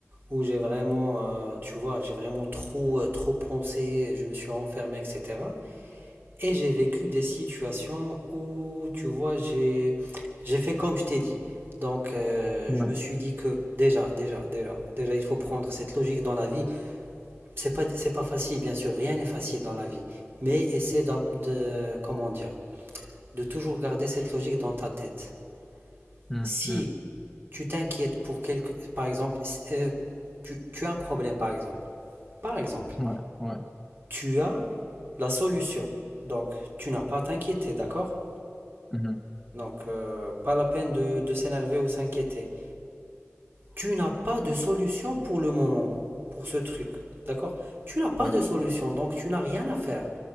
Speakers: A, on the right; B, in the centre.
A: où j'ai vraiment, euh, tu vois, j'ai vraiment trop, euh, trop pensé, je me suis renfermé, etc. Et j'ai vécu des situations où, tu vois, j'ai j'ai fait comme je t'ai dit. Donc, euh,
B: Ouais.
A: je me suis dit que déjà, déjà, déjà, déjà, il faut prendre cette logique dans la vie. C'est pas, c'est pas facile, bien sûr, rien n'est facile dans la vie. Mais essaie d'ab- de, comment dire, de toujours garder cette logique dans ta tête.
B: Mm,
A: Si
B: mm.
A: tu t'inquiètes pour quelque, par exemple, si- euh, tu, tu as un problème, par exemple. Par exemple,
B: Ouais. Ouais.
A: tu as la solution. Donc, tu n'as pas à t'inquiéter, d'accord?
B: Mhm.
A: Donc, euh, pas la peine de, de s'énerver ou s'inquiéter. Tu n'as pas de solution pour le moment, pour ce truc. D'accord? Tu n'as pas
B: Ouais.
A: de solution, donc tu n'as rien à faire.